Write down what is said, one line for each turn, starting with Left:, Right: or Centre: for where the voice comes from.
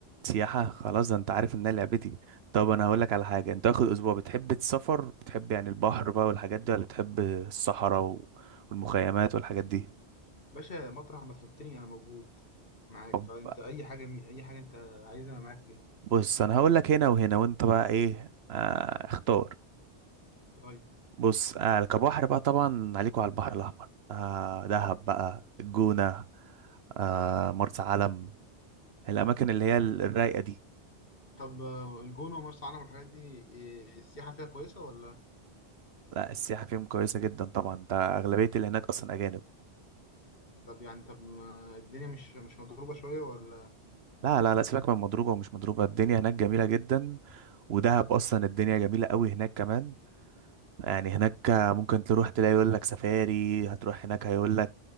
Right: سياحة خلاص ده انت عارف ان انا لعبتي طب انا هقولك على حاجة انت واخد اسبوع بتحب السفر بتحب يعني البحر بقى والحاجات دي ولا بتحب الصحراء و- والمخيمات والحاجات دي
Left: باشا مطرح ما تحطني انا موجود معاك
Right: طب
Left: فانت اي حاجه مي... اي حاجه انت عايزها انا معاك فيها
Right: بص انا هقولك هنا وهنا وانت بقى ايه آه اختار
Left: طيب
Right: بص آه كبحر بقى طبعا عليكوا على البحر الاحمر آه دهب بقى الجونة آه مرسى علم الاماكن اللي هي
Left: طب
Right: الرايقة دي
Left: طب آه، الجونه ومرسى علم والحاجات دي إيه السياحه فيها كويسه ولا
Right: لا السياحة فيهم كويسة جدا طبعا انت اغلبية اللي هناك اصلا اجانب
Left: طب يعني طب ما الدنيا مش مش مضروبه شويه ولا
Right: لا لا لا سيبك من مضروبة ومش مضروبة الدنيا هناك جميلة جدا ودهب أصلا الدنيا جميلة قوي هناك كمان يعني هناك ممكن تروح تلاقي يقول لك سفاري هتروح هناك هيقول لك